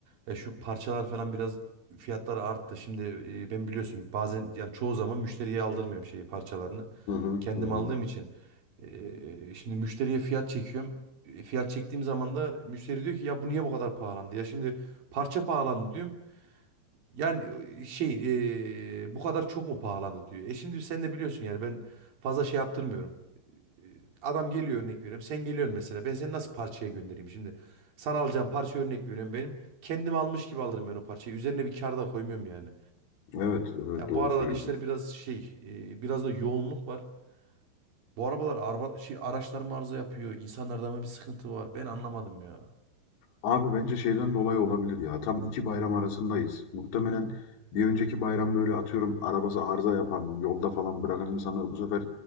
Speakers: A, on the right (about 55°); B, on the left (about 85°).
A: ya şu parçalar falan biraz fiyatları arttı. Şimdi e, ben biliyorsun bazen yani çoğu zaman müşteriye aldırmıyorum şeyi parçalarını.
B: Hı hı
A: Kendim
B: hı. hı.
A: aldığım için e, şimdi müşteriye fiyat çekiyorum. E, Fiyat çektiğim zaman da müşteri diyor ki ya bu niye bu kadar pahalandı? Ya şimdi parça pahalandı diyorum. Yani şey e, bu kadar çok mu pahalandı diyor. E şimdi sen de biliyorsun yani ben fazla şey yaptırmıyorum. E, Adam geliyor örnek veriyorum. Sen geliyorsun mesela. Ben seni nasıl parçaya göndereyim şimdi? Sana alacağım parça örnek veriyorum benim. Kendim almış gibi alırım ben o parçayı. Üzerine bir kar da koymuyorum yani.
B: Evet evet
A: Ya
B: doğru
A: bu aralar
B: söylüyorsun.
A: işler biraz şey e, biraz da yoğunluk var. Bu arabalar araba, şey, araçlar mı arıza yapıyor? İnsanlarda mı bir sıkıntı var? Ben anlamadım ya.
B: Abi bence şeyden dolayı olabilir ya. Tam iki bayram arasındayız. Muhtemelen
A: Hı hı.
B: bir önceki bayram böyle atıyorum arabası arıza yapan, yolda falan bırakan insanlar bu sefer